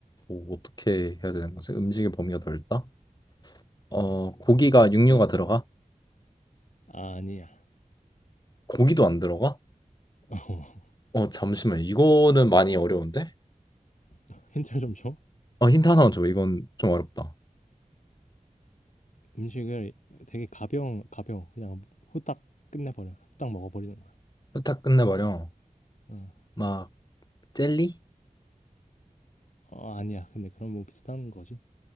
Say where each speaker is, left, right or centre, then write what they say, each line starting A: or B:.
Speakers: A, on the left; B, on the left.
A: 뭐 어떻게 해야 되는 거지? 음식의 범위가 넓다? 어, 고기가 육류가
B: 널,
A: 들어가?
B: 어. 아, 아니야.
A: 고기도 안 들어가?
B: <laughs>
A: 어, 잠시만. 이거는 많이 어려운데?
B: 어, 힌트를 좀 줘.
A: 어, 힌트 하나만 줘. 이건 좀 어렵다.
B: 음식을 되게 가벼운, 가벼운, 그냥 후딱 끝내버려. 후딱 먹어버리는
A: 부탁 끝내버려.
B: 어.
A: 막 젤리?
B: 어 아니야. 근데 그럼 뭐 비슷한 거지.